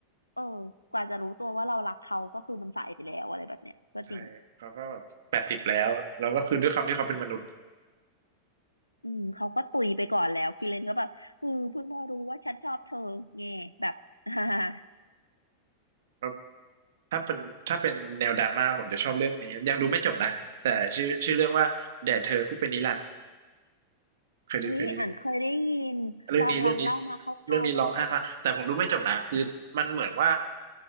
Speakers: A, on the left; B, on the right.
A: เออกว่าจะรู้ตัวว่าเรารักเขาก็คือมันสายไปแล้วอะไรแบบเนี้ยก็จริง
B: ใช่เขาก็แบบแปดสิบแล้วแล้วก็คือด้วยความที่เขาเป็นมนุษย์
A: อืมเขาก็ตุยไปก่อนแล้วฟิเลนก็แบบเอือเพิ่งมารู้ว่าฉันชอบเธอแง่แบบ <laughs>
B: แล้วถ้าเป็นถ้าเป็นแนวดราม่าผมจะชอบเรื่องนี้ยังดูไม่จบนะแต่ชื่อชื่อเรื่องว่าแด่เธอผู้เป็นนิรันดร์เคยดูเคยดู
A: อุ๊ยเหมือนเคยได้ยินลองลองเล่ามาคร่าวๆได้ไหม
B: เรื่องนี้เรื่องนี้เรื่องนี้ร้องไห้มากแต่ผมดูไม่จบนะคือมันเหมือนว่า